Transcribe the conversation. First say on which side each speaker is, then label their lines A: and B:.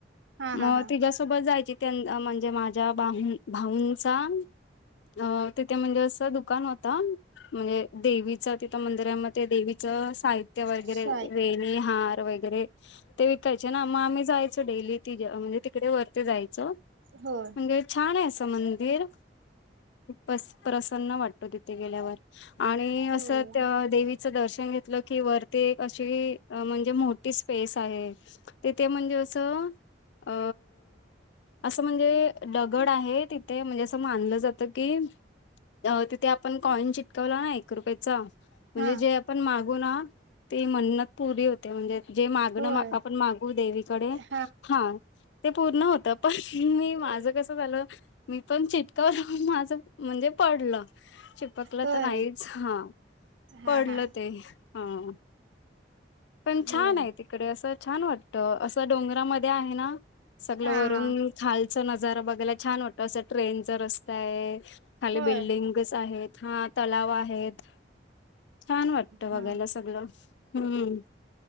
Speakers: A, on the right; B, on the left.
A: हा
B: मग
A: हा हा.
B: त सोबत जायची म्हणजे माझ्या बाह भाऊंचा अ तिथे म्हणजे असं दुकान होत म्हणजे देवीच तिथं मंदिरामध्ये देवीचं साहित वगैरे
A: साईज
B: वेणी हार. वगैरे ते विकायचे ना. मग आम्ही जायचो डेली ति म्हणजे तिकडे वरती जायचं
A: होय.
B: म्हणे छान आहे असं मंदिर.. प्रसन्न वाटतो तिथे गेल्यावर. आणि
A: होय.
B: असं देवी दर्शन घेतलं की वरती एक अशी म्हणजे मोठी स्पेस आहे. तेथ म्हणजे असं अ.. असं म्हणजे दगड आहे. तिथे म्हणजे असं मानलं जातं की अ तिथे आपण कॉइन चिटकवला. ना एक रुपयेचा म्हणजे
A: हा
B: जे पण मागू ना ते म्हण्नत.. पुरी होते. म्हणजे जे मागणं
A: होय
B: आपण मागू देवीकडे
A: हा.
B: हां ते पूर्ण होत. पण मी माझं
A: होय.
B: कसं झालं मी पण चिटकावर माझं म्हणजे पडलं चिपकलं
A: होय
B: तर नाहीच हां
A: हा
B: पडलं
A: हा
B: ते हां पण छान
A: होय
B: आहे. ते तडे अस छान वाटत असं डोंगरामध्ये आहे. ना सगळं
A: हा
B: वरून
A: हा
B: खाल नजारा बघायला छान वाटत. असं ट्रेनचा रस्ता आहे. खाली
A: होय.
B: बिल्डिंगस आहेत. हा तलाव आहेत. छान वाटतं बघायला
A: हा.
B: सगळं हम्म.